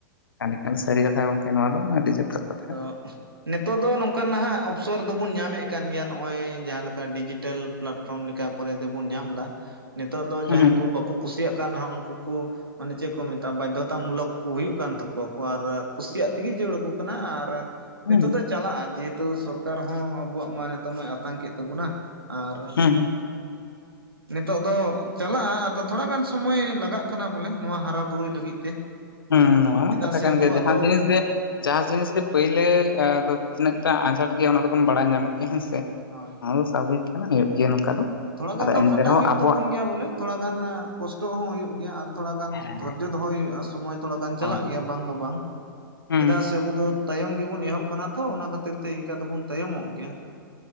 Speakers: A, on the left; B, on the right.
A: <inaudible> ᱮ ᱠᱷᱟᱱ ᱥᱟᱹᱨᱤ ᱠᱟᱛᱷᱟ ᱜᱚᱢᱠᱮ ᱱᱚᱣᱟ ᱫᱚ ᱟᱹᱰᱤ ᱡᱚᱛᱷᱟᱛ ᱠᱟᱛᱷᱟ
B: ᱟᱫᱚ ᱱᱤᱛᱚᱜ ᱫᱚ ᱱᱚᱝᱠᱟ ᱱᱟᱦᱟᱜ ᱚᱯᱥᱚᱨ ᱫᱚᱵᱚᱱ ᱧᱟᱢᱮᱫ ᱠᱟᱱ ᱜᱮᱭᱟ ᱱᱚᱜᱼᱚᱭ ᱡᱟᱦᱟᱸ ᱞᱮᱠᱟ ᱰᱤᱡᱤᱴᱮᱞ ᱯᱞᱟᱸᱴ᱾ ᱯᱷᱨᱚᱢ ᱞᱮᱠᱟ ᱠᱚᱨᱮ ᱫᱚᱵᱚᱱ ᱧᱟᱢ ᱮᱫᱟ ᱱᱤᱛᱚᱜ ᱫᱚ
A: ᱦᱩᱸ
B: ᱡᱟᱦᱟᱸᱭ
A: ᱦᱩᱸ
B: ᱠᱚ ᱵᱟᱠᱚ ᱠᱩᱥᱤᱭᱟᱜ ᱠᱟᱱ ᱨᱮᱦᱚᱸ ᱩᱱᱠᱩ ᱠᱚ ᱢᱟᱱᱮ ᱪᱮᱫ ᱠᱚ ᱢᱮᱛᱟᱜᱼᱟ ᱵᱟᱫᱽᱫᱷᱚᱛᱟ ᱢᱩᱞᱚᱠ ᱠᱚ ᱦᱩᱭᱩᱜ ᱠᱟᱱ ᱛᱟᱠᱚᱣᱟ ᱠᱚ ᱟᱨ ᱠᱩᱥᱤᱭᱟᱜ ᱛᱮᱜᱮ ᱡᱟᱨᱩᱲ ᱠᱟᱱᱟ ᱟᱨ ᱱᱤᱛᱚᱜ
A: ᱦᱩᱸ
B: ᱫᱚ ᱪᱟᱞᱟᱜᱼᱟ ᱡᱮᱦᱮᱛᱩ ᱥᱚᱨᱠᱟᱨ ᱦᱚᱸ ᱟᱵᱚᱣᱟᱜ ᱢᱟ ᱱᱤᱛᱚᱜ ᱢᱟᱭ ᱟᱛᱟᱝ ᱠᱮᱫ ᱛᱟᱵᱚᱱᱟ᱾ ᱟᱨ
A: ᱦᱩᱸ
B: ᱱᱤᱛᱚᱜ ᱫᱚ ᱪᱟᱞᱟᱜᱼᱟ ᱟᱫᱚ ᱛᱷᱚᱲᱟ ᱜᱟᱱ ᱥᱚᱢᱚᱭ ᱞᱟᱜᱟᱜ ᱠᱟᱱᱟ ᱵᱚᱞᱮ ᱱᱚᱣᱟ ᱦᱟᱨᱟ ᱵᱩᱨᱩᱭ ᱞᱟᱹᱜᱤᱫ ᱛᱮ,
A: ᱦᱮᱸ ᱱᱚᱣᱟ
B: ᱪᱮᱫᱟᱜ
A: ᱢᱟ ᱠᱟᱛᱷᱟ
B: ᱥᱮ
A: ᱠᱟᱱ
B: ᱟᱵᱚᱣᱟᱜ
A: ᱜᱮ ᱡᱟᱦᱟᱸ
B: ᱫᱚ
A: ᱡᱤᱱᱤᱥ ᱜᱮ ᱡᱟᱦᱟᱸ ᱡᱤᱱᱤᱥ ᱜᱮ ᱯᱳᱭᱞᱟᱹᱻ ᱫᱚ ᱛᱤᱱᱟᱹᱜ ᱴᱟ ᱟᱸᱡᱷᱟᱴ ᱜᱮᱭᱟ ᱚᱱᱟ ᱫᱚᱵᱚᱱ ᱵᱟᱲᱟᱭ ᱧᱟᱢᱮᱫ ᱜᱮᱭᱟ ᱦᱮᱸ ᱥᱮ
B: ᱦᱳᱭ
A: ᱱᱚᱣᱟ ᱫᱚ ᱥᱟᱵᱷᱟᱵᱤᱠ ᱦᱩᱭᱩᱜ ᱜᱮᱭᱟ ᱱᱚᱝᱠᱟ ᱫᱚ᱾
B: ᱛᱷᱚᱲᱟ ᱜᱟᱱ
A: ᱟᱫᱚ
B: ᱫᱚ
A: ᱮᱱᱛᱮ
B: ᱠᱷᱟᱴᱟᱜ
A: ᱨᱮᱦᱚᱸ
B: ᱦᱩᱭᱩᱜ
A: ᱟᱵᱚᱣᱟᱜ
B: ᱛᱟᱵᱚᱱ ᱜᱮᱭᱟ ᱵᱚᱞᱮ ᱛᱷᱚᱲᱟ ᱜᱟᱱ ᱠᱚᱥᱴᱚᱜ ᱦᱚᱸ ᱦᱩᱭᱩᱜ ᱜᱮᱭᱟ ᱟᱨ ᱛᱷᱚᱲᱟ ᱜᱟᱱ
A: ᱦᱮᱸ
B: ᱫᱷᱡᱚᱻ ᱫᱷᱚᱨᱡᱚ ᱫᱚᱦᱚᱭ ᱦᱩᱭᱩᱜᱼᱟ ᱥᱚᱢᱚᱭ ᱛᱷᱚᱲᱟ ᱜᱟᱱ
A: ᱦᱳᱭ
B: ᱪᱟᱞᱟᱜ ᱜᱮᱭᱟ ᱵᱟᱝ ᱫᱚ ᱵᱟᱝ
A: ᱦᱩᱸ
B: ᱪᱮᱫᱟᱜ ᱥᱮ ᱟᱵᱚ ᱫᱚᱼᱼ ᱛᱟᱭᱚᱢ ᱜᱮᱵᱚᱱ ᱮᱦᱚᱵ ᱟᱠᱟᱱᱟ ᱛᱚ ᱚᱱᱟ ᱠᱷᱟᱹᱛᱤᱨ ᱛᱮ ᱤᱱᱠᱟ ᱫᱚᱵᱚᱱ ᱛᱟᱭᱚᱢᱚᱜ ᱜᱮᱭᱟ ᱾